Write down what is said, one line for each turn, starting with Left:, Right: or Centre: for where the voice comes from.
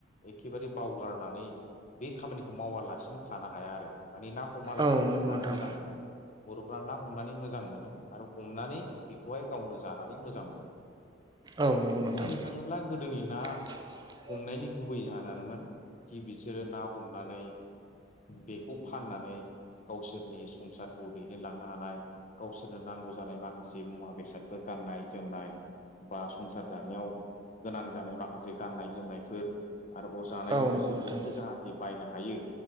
Left: एखेबारे बावगारनानै बे खामानिखौ मावालासिनो थानो हाया आरो। माने ना अमालासिनो
Right: औ नंगौ
Left: थानो
Right: नोंथां
Left: मोजां मोना। बर'फ्रा ना हमनानै मोजां मोनो आरो हमनानै बेखौहाय गावनो जानानै मोजां मोनो।
Right: औ नंगौ नोंथां।
Left: बुंनो थाङोब्ला गोदोनि ना
Right: <inaudible>
Left: हमनायनि गुबै जाहोनानोमोन खि बिसोरो ना हमनानै बेखौ फाननानै गावसोरनि संसारखौ दैदेनलांनो हानाय गावसोरनो नांगौ जानाय माखासे मुवा बेसाद फोर गाननाय जोमनाय। बा संसार जानायाव गोनां जानाय माखासे गाननाय जोमनायफोर। आरोबाव जानाय
Right: औ
Left: लोंनायफोर
Right: नंगौ नोंथां
Left: बेफोरखौ जाहाथे बायनो हायो